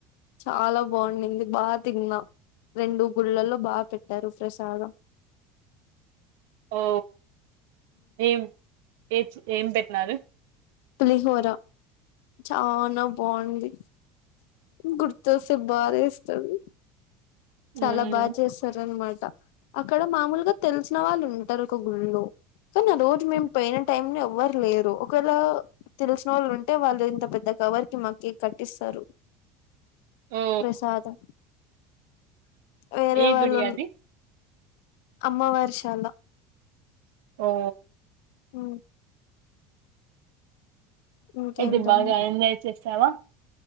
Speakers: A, on the left (about 75°); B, on the right (about 80°).
A: చాలా బాండింది బా తిన్న రెండు గుళ్ళలో బా పెట్టారు ఫ్రసాదం
B: ఓ ఏం ఏచ్ ఏం పెట్టినారు
A: పులిహోర చానా బాంది గుర్తొస్తే బాదేస్తుంది
B: ఉమ్
A: చాలా బా చేసార అన్మాట అక్కడ మామూల్గా తెల్సిన వాళ్ళు ఉంటరు ఒక గుళ్ళో కానా రోజు మేమ్ పోయ్న టైం ని ఎవ్వరు లేరు ఒకళ తెల్సిన వాళ్ళు ఉంటే వాళ్ళు ఇంత పెద్ద కవర్ మకీ కట్టిస్సరు
B: ఓ
A: ప్రసాదం వేరే
B: ఏ
A: వాళ్ళు
B: గుడి
A: ఉం
B: అది
A: అమ్మవారిశాల
B: ఓ
A: ఉ ఇంకేంటండి
B: ఎది బాగా ఎంజాయ్ చేసావ